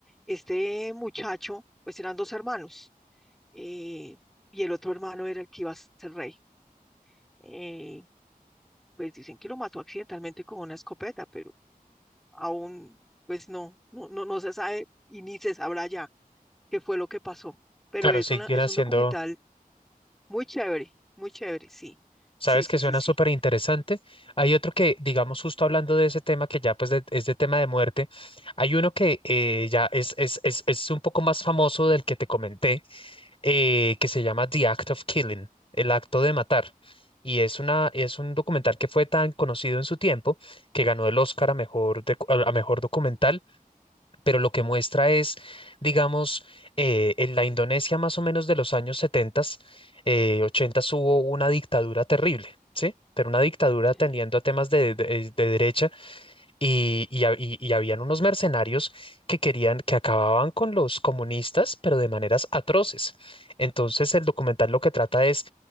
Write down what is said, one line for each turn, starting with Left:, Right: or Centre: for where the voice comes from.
Centre: este muchacho, pues eran dos hermanos, eh, y el otro hermano era el que iba a ser rey. Eh, pues dicen que lo mató accidentalmente con una escopeta, pero aún, pues no, no, no, no se sabe y ni se sabrá ya qué fue lo que pasó. Pero
Left: Claro,
Centre: es
Left: siguen
Centre: una, es
Left: haciendo.
Centre: un documental Muy chévere, muy chévere, sí.
Left: sabes
Centre: Sí, sí,
Left: que suena
Centre: sí, sí.
Left: súper interesante. Hay otro que, digamos, justo hablando de ese tema que ya pues de- es de tema de muerte, hay uno que eh, ya es, es, es, es un poco más famoso del que te comenté, eh, que se llama The Act of Killing, el acto de matar. Y es una, es un documental que fue tan conocido en su tiempo que ganó el Oscar a mejor, de- a mejor documental pero lo que muestra es, digamos, eh, en la Indonesia más o menos de los años 70, eh, 80 hubo una dictadura terrible, ¿sí? Pero una dictadura
Centre: Sí,
Left: tendiendo a temas de, de- de derecha y, y, ha- y- y habían unos mercenarios que querían, que acababan con los comunistas, pero de maneras atroces. Entonces el documental lo que trata es,